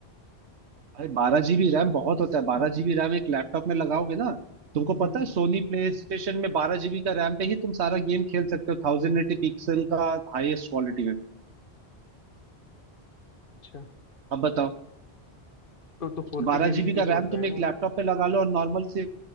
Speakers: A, on the right (about 80°); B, on the left (about 55°).
A: भाई बारह जीबी रैम बहुत होता है बारह जीबी रैम एक लैपटॉप में लगाओगे ना तुमको
B: हम्म
A: पता
B: हम्म,
A: है सोनी प्ले स्टेशन में बारह जीबी का रैम पे ही तुम सारा गेम खेल सकते हो थाउजेंड एटी पिक्सल का हाईएस्ट क्वालिटी में
B: अच्छा
A: अब बताओ
B: तो तो फोर
A: बारह
B: के गेमिंग
A: जीबी का
B: भी तो
A: रैम
B: होता
A: तुम
B: है
A: एक
B: ना
A: लैपटॉप पे लगा लो और नॉर्मल से